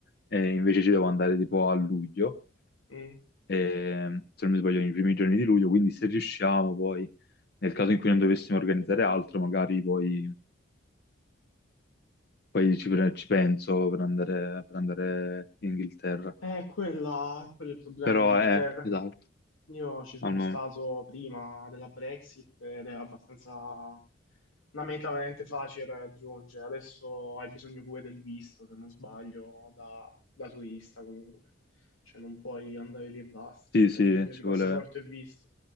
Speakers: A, on the left (about 50°); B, on the left (about 85°).
A: e invece ci devo andare tipo a luglio,
B: Mm.
A: e, se non mi sbaglio nei primi giorni di luglio, quindi se riusciamo poi... Nel caso in cui non dovessimo organizzare altro, magari poi, poi ci, pre- ci penso per andare, per andare in Inghilterra.
B: Eh, quella, quello è il problema
A: Però
B: in Inghilterra.
A: è, esatto,
B: Io ci sono
A: al momento.
B: stato prima della Brexit ed è abbastanza una meta veramente facile da raggiungere. Adesso hai bisogno pure del visto, se non sbaglio, da, da turista comunque. Cioè non puoi andare lì e basta.
A: Sì,
B: Hai
A: sì,
B: bisogno
A: ci
B: di passaporto
A: vuole...
B: e visto,